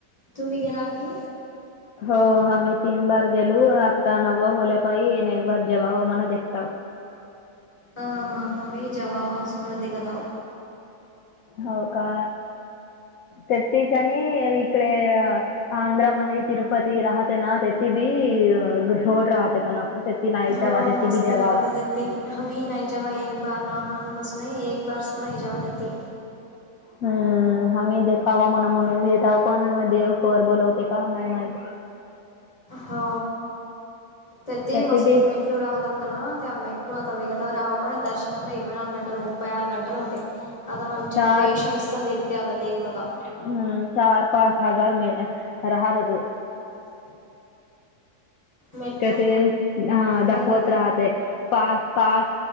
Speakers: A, on the left (about 20°); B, on the left (about 70°).
A: तुम्ही गेला की
B: हो आम्ही तीन बार गेलो आत्ता नव् होल्या पाईने एक बार जवा हो म देताव
A: हा हा हम्ही जवावास म्हणा दिखत आव
B: हो का तेतीच्या आणि इकडे आध्रा मनी तिरुपती राहते ना तेथ भी झोड राहते का ना ते नाही
A: हो
B: जेवा तेथे
A: मस्त
B: बी जेवावा
A: राहते ते हम्ही नाही जवा एक बार लहानपासूनही एक बार सुड नाही जवा तिे
B: हम्म आम्ही देखावा म्हन म्हणून देत पण देव वर बोलवते का नाही माहि
A: हो ते तेही
B: तेथे
A: मस्त
B: बी
A: मेट राहतात का ना तेमेटल आता वेग राहत पण दर्शन ला इरवई नल गंल मुपई आर गटल होते <inaudible> आता आमच्या
B: चार
A: पेशन्सचा देखते आता देवता
B: हम् चार पाच हजार मे राहतात.
A: मेटलू
B: कतिदन अं दाखवत
A: बंद
B: राहते <inaudible> पास पास